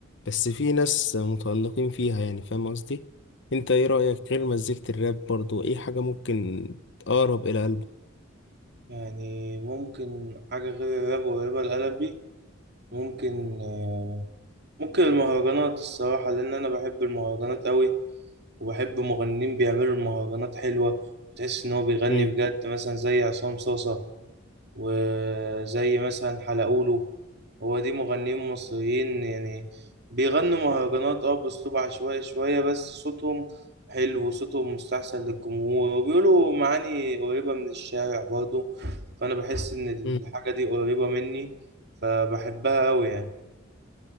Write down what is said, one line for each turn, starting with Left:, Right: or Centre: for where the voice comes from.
Left: بس في ناس متألقين فيها يعني فاهم قصدي انت ايه رأيك غير مزيكة الراب برضه ايه حاجة ممكن تقرب إلى قلبك
Right: يعني ممكن حاجة غير الراب وقريبة لقلبي ممكن آه، ممكن المهرجانات الصراحة لأن أنا بحب المهرجانات أوي وبحب مغنيين بيعملوا المهرجانات حلوة وتحس إن هو بيغني
Left: مم.
Right: بجد مثلا زي عصام صاصة وزي مثلا حلقولو هو دي مغنيين مصريين يعني بيغنوا مهرجانات اه بأسلوب عشوائي شوية بس صوتهم حلو وصوتهم مستحسن للجمهور وبيقولوا معاني قريبة من الشارع برضه فأنا بحس إن الحاجة
Left: مم.
Right: دي قريبة مني فبحبها أوي يعني.